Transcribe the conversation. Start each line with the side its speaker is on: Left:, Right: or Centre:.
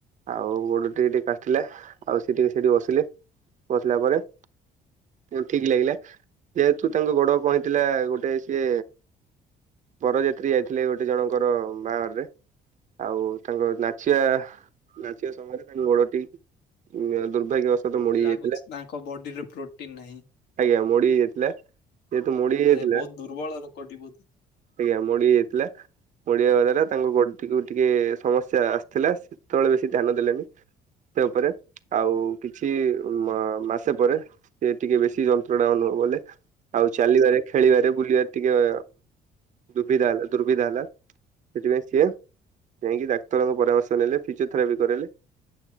Right: ଆଉ ଗୋଡ ଟିକେ ଟିକେ କାଟିଲା। ଆଉ ସେ ଟିକେ ସେଇଠି ବସିଲେ। ବସିଲା ପରେ ହ ଠିକ ଲାଗିଲା। ଯେହେତୁ ତାଙ୍କ ଗୋଡ କଣ ହେଇଥିଲା? ଗୋଟେ ସିଏ ବରଯାତ୍ରୀ ଯାଇଥିଲେ ଗୋଟେ ଜଣଙ୍କର ବାହାଘରରେ। ଆଉ ତାଙ୍କ ନାଚିବା ନାଚିବା ସମୟରେ ତାଙ୍କ ଗୋଡଟି ଉ ଦୁର୍ଭାଗ୍ୟ ଅସ୍ତ ମୋଡି
Left: ଲାଗୁଛି
Right: ହୋଇ ଯାଇଥିଲା।
Left: ତାଙ୍କ ବଡିରେ ପ୍ରୋଟିନ ନାହିଁ।
Right: ଆଜ୍ଞା ମୋଡି ହେଇଯାଇଥିଲା ମୋଡି ହେଇଯାଇଥିଲା
Left: ହେ ବହୁତ ଦୁର୍ବଳ ଲୋକଟି ବହୁତ
Right: ଆଜ୍ଞା ମୋଡିହେଇଯାଇଥିଲା ମୋଡି ହବା ଦ୍ଵାରା ତାଙ୍କ ଗୋଡ ଟିକେ ଟିକେ ସମସ୍ୟା ଆସିଥିଲା ସେତେବେଳେ ବେଶୀ ଧ୍ୟାନ ଦେଲେନି ତା ପରେ ଆଉ କିଛି ମାସେ ପରେ ସେ ଟିକେ ବେଶୀ ଯନ୍ତ୍ରଣା ଅନୁଭବ କଲେ ଆଉ ଚାଲିବାରେ ଖେଳିବାରେ ବୁଲିବାରେ ଟିକେ ଦୁର୍ବିଧା ହେଲା ଦୁର୍ବିଧା ହେଲା ସେଥିପାଇଁ ସିଏ ଯାଇକି ଡାକ୍ତରଙ୍କ ପରାମର୍ଶ ନେଲେ ଫିଜିଓଥେରାପି କରାଇଲେ